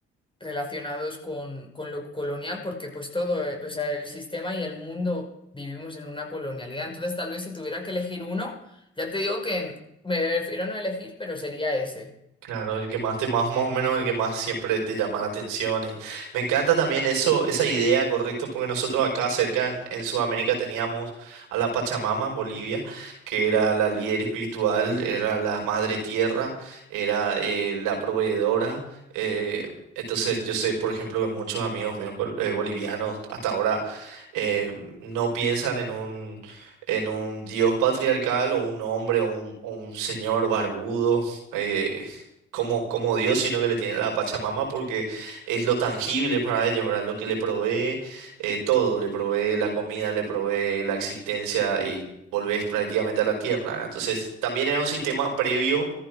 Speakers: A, on the left; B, on the right.
A: relacionados con, con lo colonial, porque pues todo, eh, o sea, el sistema y el mundo vivimos en una colonialidad. Entonces, tal vez si tuviera que elegir uno, ya te digo que me prefiero no elegir, pero sería ese.
B: Claro, el que más te más, más o menos el que más siempre te llama la atención y me encanta también eso, esa idea, correcto, porque nosotros acá cerca en, en Sudamérica teníamos a la Pachamama en Bolivia, que era la líder espiritual, era la madre tierra, era eh, la proveedora. eh, entonces yo sé, por ejemplo, que muchos amigos míos col- eh, bolivianos hasta ahora eh, no piensan en un en un dios patriarcal o un hombre o un, o un señor barbudo. eh, como, como Dios, sino que le tienen a la Pachamama porque es lo tangible para ellos, ¿verdad? Lo que le provee eh, todo, le provee la comida, le provee la existencia y volvés prácticamente a la tierra, ¿verdad? Entonces, también era un sistema previo